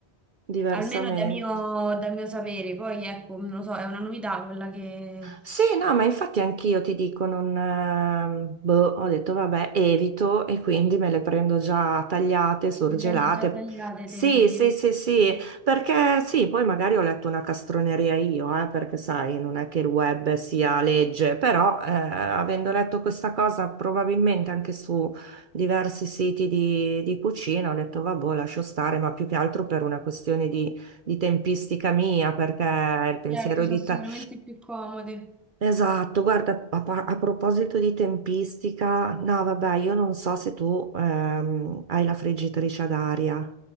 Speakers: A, on the right; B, in the centre.
A: diversamente.
B: almeno da mio, dal mio sapere. Poi ecco, non lo so, è una novità quella che
A: Sì, no, ma infatti anch'io ti dico, non, ehm, boh, ho detto vabbè, evito e quindi me le prendo già tagliate, surgelate.
B: le prendi già tagliate,
A: Sì,
B: te vedi.
A: sì, sì, sì,
B: Mm.
A: perché sì, poi magari ho letto una castroneria io, eh, perché sai, non è che il web sia legge, però eh, avendo letto questa cosa probabilmente anche su diversi siti di, di cucina, ho detto vabbè, boh, lascio stare, ma più che altro per una questione di, di tempistica mia, perché il pensiero
B: Certo, sono
A: di...
B: sicuramente
A: ta-
B: più comode.
A: Esatto, guarda, a, par- a proposito di tempistica, no, vabbè, io non so se tu ehm, hai la friggitrice ad aria.